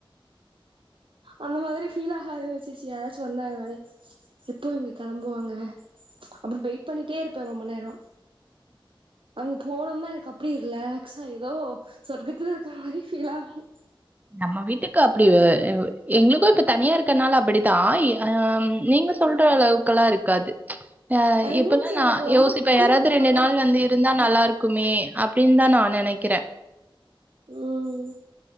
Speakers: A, on the right; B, on the right.
A: அந்த மாதிரி ஃபீல் ஆக ஆரம்பிச்சிருச்சி யாராச்சு வந்தாங்கனாலே எப்போ இவங்க கெளம்புவாங்க அப்றோ வெயிட் பண்ணிட்டே இரு ப்ப ரொம்ப நேரம் அவங்க <unintelligible> எனக் அ ப்டி ரிலாக்ஸ ஏதோ சொர்க்கத்துல இருக்கற மாரி ஃபீல் ஆகு
B: நம்ம வீட்டுக்கு அப்படி அ எ எங்களுக்கு இப்ப தனியா இருக்கனால அப்படித்தா அ ம் நீங்க சொல்ற அளவுக்கல்லா இருக்காது அ
A: ஐ
B: இப்பல்லா
A: மீன்ஸ்
B: நா
A: எனக்கு ரொம்ப
B: யோசிப்பே
A: கூட்டமா
B: யாராவ்து ரெண்டு நாள் வந்து இருந்தா நல்லா ருக் க்குமே அப்டின் தா நா நெனைக்கிறே
A: உம்